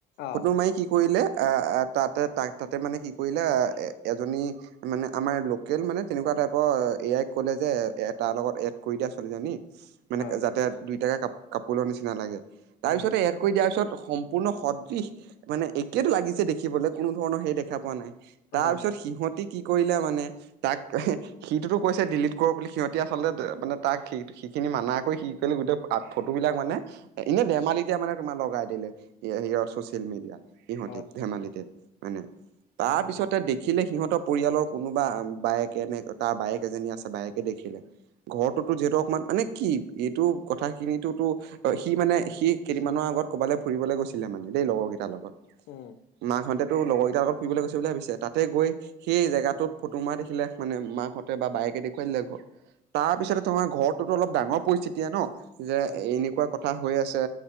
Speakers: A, on the left; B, on the right.
A: অ
B: ফটো মাৰি কি কৰিলে আ, আ, তাতে তাক তাতে মানে কি কৰিলে আ, এ, এজনী মানে আমাৰ লোকেল মানে তেনেকুৱা টাইপৰ এ, এ আইক ক'লে যে এ তাৰ লগত এড কৰি দিয়া ছোৱালীজনী। মানে
A: হয়
B: যাতে দুইটাকে কাপ কাপোলৰ নিচিনা লাগে। তাৰ
A: উম
B: পিছতে এড কৰি দিয়াৰ পিছত সম্পূৰ্ণ সদৃশ মানে একেইটো লাগিছে দেখিবলে কোনো ধৰণৰ হেৰি দেখা পোৱা নাই। তাৰ
A: হয়
B: পিছত সিহঁতি কি কৰিলে মানে তাক সিটোতো কৈছে ডিলিট কৰ বুলি সিহঁতে আচলতে মানে তাক সি সেইখিনি মানা কৰি, কি কৰিলে গোটেই ফটোবিলাক মানে এনে ধেমালিতে মানে তোমাৰ লগাই দিলে, <unintelligible> ছচিয়েল মিডিয়াত। সিঁহতি
A: হয়
B: ধেমালিতে মানে। তাৰ
A: হয়
B: পিছতে
A: হয়
B: দেখিলে সিহঁতৰ পৰিয়ালৰ কোনোবা বায়েকে <unintelligible> তাৰ বায়েক এজনী আছে বায়েকে দেখিলে। ঘৰটোতো যিহেতু অকমান, মানে কি এইটো কথাখিনিটোতো অ', সি মানে সি কেইদিনমানৰ আগত ক'ৰবালে ফুৰিবলৈ গৈছিলে মানে, দেই লগৰ কেইটাৰ লগত।
A: উম
B: মাকহঁতেতো লগৰ কিটাৰ লগত ফুৰিবলৈ গৈছে বুলি ভাবিছে। তাতে গৈ সেই জেগাটোত ফটো মৰা দেখিলে, মানে মাকহঁতে বা বায়েকে দেখুৱাই দিলে ঘৰত তাৰপিছতে তোমাৰ ঘৰটোতো অলপ ডাঙৰ পৰিস্থিতিয়ে ন, যে
A: হয়
B: এনেকুৱা কথা হৈ আছে।